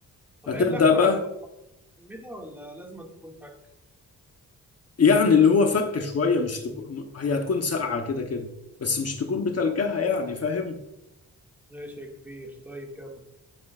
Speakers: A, in the centre; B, on the left (about 45°).
A: طب
B: هتبدأ
A: هي اللحمه
B: بقى
A: عاديه ميدا ولا لازم أن تكون فك
B: يعني اللي هو فكة شوية مش تكون هي هتكون ساقعة كده كده بس مش تكون بتلجها يعني فاهم؟
A: ماشي يا كبير طيب كم